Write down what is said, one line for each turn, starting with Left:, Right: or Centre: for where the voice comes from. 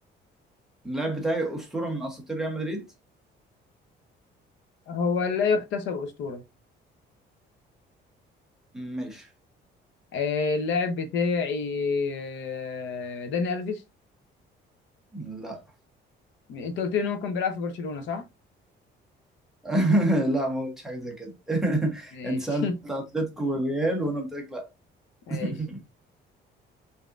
Centre: اللاعب بتاعي أسطورة من أساطير ريال مدريد
Left: هو لا يحتسب أسطورة
Centre: ماشي
Left: آه اللاعب بتاعي آه داني ألفيس
Centre: لا
Left: م- انت قلت لي ان هو كان بيلعب في برشلونة صح
Centre: <laughs> لا ما قلتش حاجه زي كده <laughs>
Left: ماشي
Centre: انت سالت اتلتيكو والريال وانا قلت لك لا
Left: <laughs> ماشي
Centre: <laughs>